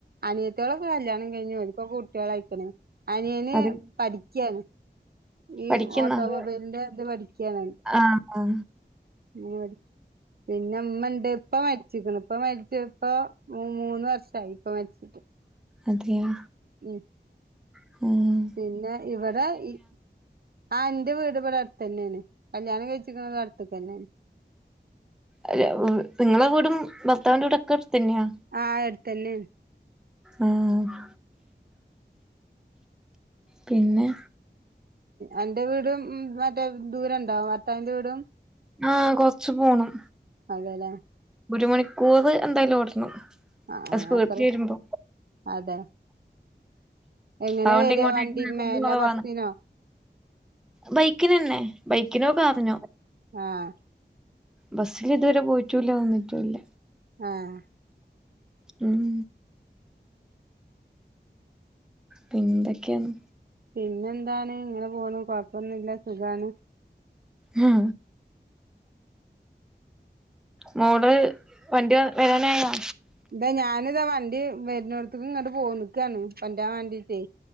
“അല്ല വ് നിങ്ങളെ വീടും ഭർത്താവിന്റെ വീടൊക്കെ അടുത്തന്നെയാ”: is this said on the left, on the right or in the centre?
Centre